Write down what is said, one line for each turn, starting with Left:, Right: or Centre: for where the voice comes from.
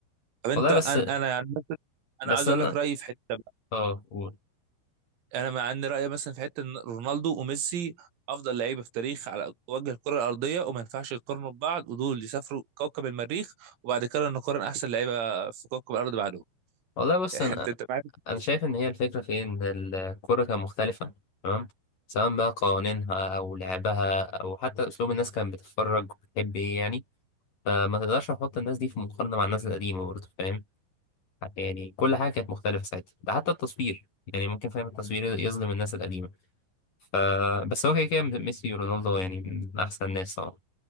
Right: طب انت
Left: والله بس
Right: انا انا يعني مثلا
Left: بس
Right: انا عايز
Left: انا
Right: اقول لك رايي في حته
Left: اه قول
Right: انا مع ان رايي مثلا في حته ان رونالدو وميسي افضل لعيبه في تاريخ على وجه الكره الارضيه وما ينفعش يقارنوا ببعض ودول اللي سافروا كوكب المريخ وبعد كده نقارن احسن لعيبه في كوكب الارض بعدهم
Left: والله بص
Right: <laughs>
Left: انا
Right: انت انت معاك
Left: انا شايف ان هي الفكره في إيه؟ ان الكوره كان مختلفه تمام سواء بقى قوانينها او لعبها او حتى اسلوب الناس كانت بتتفرج وبتحب ايه يعني فما تقدرش تحط الناس دي في مقارنه مع الناس القديمه برضه فاهم يعني كل حاجه كانت مختلفه ساعتها ده حتى التصوير يعني ممكن فاهم التصوير يظلم الناس القديمة ف بس هو كده كده ميسي ورونالدو يعني من أحسن الناس طبعا